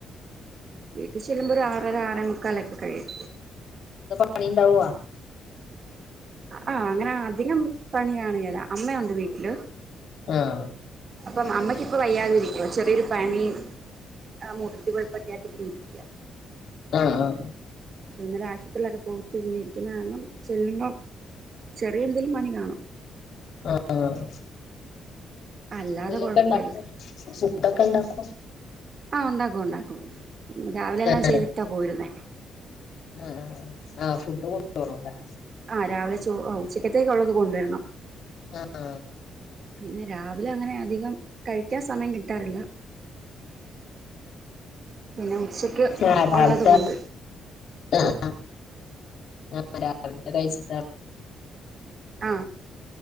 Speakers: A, on the right; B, on the left.
A: വീട്ടിൽ ചെല്ലുമ്പോ ഒരു ആറ് ഒ ആര മുക്കാലൊക്കെ കഴിയും
B: പണി ഇണ്ടാവോ
A: ആഹ അങ്ങനെ അധികം പണി കാണ്കേല അമ്മയുണ്ട് വീട്ടില്
B: ആഹ
A: അപ്പം അമ്മക്കിപ്പൊ വയ്യാതിരിക്കുവോ ചെറിയൊരു പനി ആ മൂത്രത്തിൽ പഴുപ്പൊക്കെ ആയിട്ട് ഇങ്ങനെ ഇരിക്ക
B: ആഹ് ആഹ
A: അപ്പൊ ഇന്നലെ ആശുപത്രിയിലൊക്കെ പോയിട്ട് ഇന്നെ ഇരിക്കുന്ന കാരണം ചെല്ലുമ്പോ ചെറിയ എന്തേലും പണി കാണും
B: ആഹ്
A: അല്ലാതെ
B: എന്തെലൊക്കെ
A: കൊഴപ്പല്ല
B: ഉണ്ടാക്കുവ ഫുഡൊക്കെ ഇണ്ടാക്കോ
A: ആ ഉണ്ടാക്കും ഉണ്ടാക്കും രാവിലെ എല്ലാം
B: ആഹ്
A: ചെയ്തിട്ടാ പോയിരുന്നെ
B: ആഹ് ആഹ് ഫുഡ് കൊണ്ടു പോണല്ലേ
A: ആഹ് രാവിലെ ചോ ഓ ഉച്ചക്കേത്തകക്ക് ഉള്ളത് കൊണ്ടുവരണം
B: ആഹ
A: പിന്നെ രാവിലെ അങ്ങനെ അധികം കഴിക്കാൻ സമയം കിട്ടാറില്ല പിന്നെ ഉച്ചക്ക്
B: രാവിലത്തെ
A: ഉള്ളത് കൊണ്ട്
B: ആഹ് ആഹ് രാവിലെത്തെ കഴിച്
A: ആ